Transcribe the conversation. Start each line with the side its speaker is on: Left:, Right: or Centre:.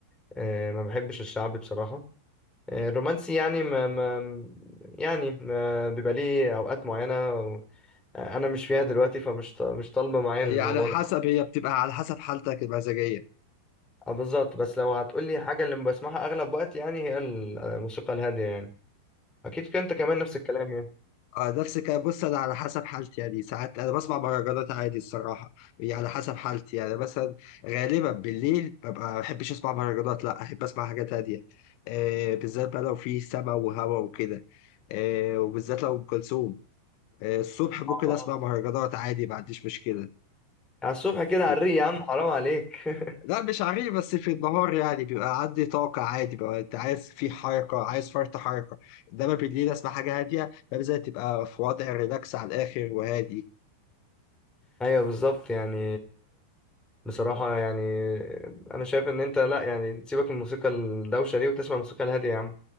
Centre: آه... ما بحبش الشعبي بصراحة آه... الرومانسي يعني ما... ما... يعني ما بيبقى ليه اوقات معينة انا مش فيها دلوقتي فمش ط- مش طالبه معايا
Left: هي
Centre: الموضوع
Left: على حسب
Centre: ده
Left: هي بتبقى على حسب حالتك المزاجية
Centre: آه، بالظبط بس لو هتقولي حاجه اللي بسمعها اغلب وقت يعني هي ال- الموسيقى الهاديه يعني اكيد كنت انت كمان نفس الكلام يعني
Left: اه نفس الكلام بص انا على حسب حالتي يعني ساعات انا بسمع مهرجانات عادي الصراحة هي على حسب حالتي يعني مثلا غالبا بالليل ببقى ما بحبش اسمع مهرجانات لا احب اسمع حاجات هادية آه بالذات بقى لو في سما وهوا وكده آه وبالذات لو ام كلثوم آه، الصبح ممكن
Centre: اه اه
Left: اسمع مهرجانات عادي ما عنديش مشكله
Centre: على الصبح كده على
Left: بيبقى-
Centre: الريق يا عم حرام عليك
Left: لا مش عارف بس في النهار يعني بيبقى عندي طاقه عادي بقى انت عايز في حركه عايز فرط حركه انما بالليل اسمع حاجه هاديه فبالذات تبقى في وضع ريلاكس على الاخر وهادي
Centre: ايوه بالظبط يعني بصراحه يعني انا شايف ان انت لا يعني تسيبك من الموسيقى الدوشه دي وتسمع الموسيقى الهاديه يا عم